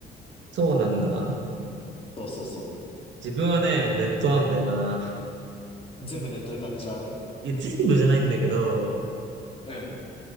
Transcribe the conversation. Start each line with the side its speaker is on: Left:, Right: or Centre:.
Right: そうなんだ。
Left: そうそうそ
Right: 自分はね、もうネットなんだよな。
Left: う。全部ネットで買っちゃう
Right: いや、全部じゃないんだけど、
Left: うん。